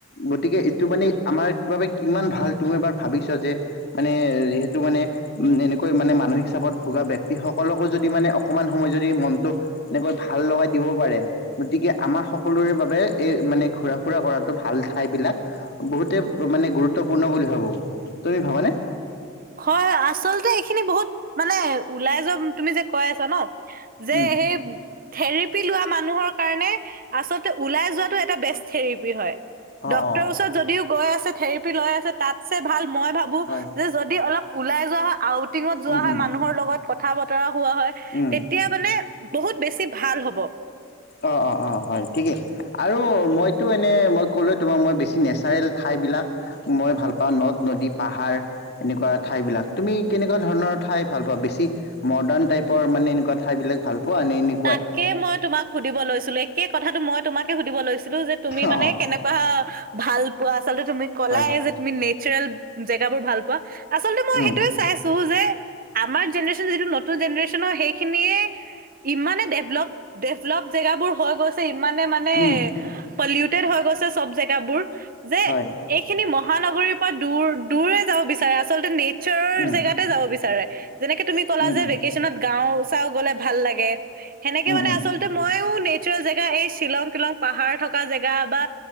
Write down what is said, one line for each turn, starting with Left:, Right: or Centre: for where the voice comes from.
Left: গতিকে এইটো মানে আমাৰ বাবে কিমান ভাল তুমি এবাৰ ভাবিছ যে মানে যিহেতু মানে উম এনেকৈ মানে মানসিক চাপত ভোগা ব্যক্তিসকলকো যদি মানে অকমান সময় যদি মনটো এনেকৈ ভাল লগাই দিব পাৰে গতিকে আমাৰ সকলোৰে বাবে এই মানে ঘুৰা ফুৰা কৰাতো ভাল ঠা ঠাই বিলাক বহুতে মানে গুৰুত্বপূৰ্ণ বুলি ভাবো তুমি ভাবানে
Right: হয় আচলতে এইখিনি বহুত মানে ওলাই যোৱা তুমি যে কৈ আছা ন যে
Left: উম
Right: সেই থেৰাপি লোৱা মানুহৰ কাৰণে আচলতে ওলাই যোৱাতো এটা বেষ্ট থেৰেপি হয় ডক্টৰ
Left: অ অ
Right: ওচৰত যদিও গৈ আছে, থেৰেপি লৈ আছে তাতছে ভাল মই ভাবো
Left: হয়।
Right: যে য দি অলপ ওলাই যোৱা হয়, আউটিঙত যোৱা
Left: উম
Right: হয়,
Left: উম
Right: মানুহৰ লগত কথা- বতৰা হোৱা হয়।
Left: উম
Right: তেতিয়া মানে, বহুত বেছি ভাল হ'ব।
Left: অঁ, অঁ অঁ হয়, ঠিকেই আৰু মইতো এনেই মই ক'লোৱে তোমাক মই বেছি নেচাৰেল ঠাইবিলাক মই ভাল পাওঁ। নদ-নদী পাহাৰ এনেকুৱা ঠাইবিলাক। তুমি কেনেকুৱা ধৰণৰ ঠাই ভাল পোৱা বেছি মৰ্ডাণ টাইপৰ মানে, এনেকুৱা ঠাইবিলাক ভাল পোৱা নে এনে
Right: তাকে মই তোমাক সুধিব লৈছিলো। একে কথাটো মই তোমাকে সুধিব লৈছিলো যে তুমি
Left: অ
Right: মানে কেনে কোৱা ভাল পোৱা। আচলতে তুমি ক'লাই
Left: হয় হয়
Right: যে, তুমি নেচাৰেল জেগাবোৰ ভাল পোৱা। আচলতে মই
Left: উম
Right: সেইটোৱে চাই আছো যে, আমাৰ জেনেৰেচন যিটো নতুন জেনেৰেচনৰ সেইখিনিয়ে ইমানে ডেভলপ, ডেভলপ জেগাবোৰ হৈ গৈছে। ইমানে মানে,
Left: উম
Right: পলিউটেড হৈ গৈছে চব জেগাবোৰ যে
Left: হয়।
Right: এইখিনি মহানগৰীৰ পৰা দূৰ, দূৰে যাব বিচাৰে আচলতে নেচাৰৰ
Left: উম
Right: জেগাত্ তে যাব বিচাৰে। যেনেকে তুমি ক'লা
Left: উম
Right: যে
Left: উম
Right: ভেকেচনত গাওঁ-চাওঁ গ'লে ভাল লাগে। সেনেকে
Left: উম
Right: মানে,
Left: উম
Right: আচলতে মইও নেচাৰেল জেগা এই শ্বিলং-তিলং পাহাৰ থকা জেগা বা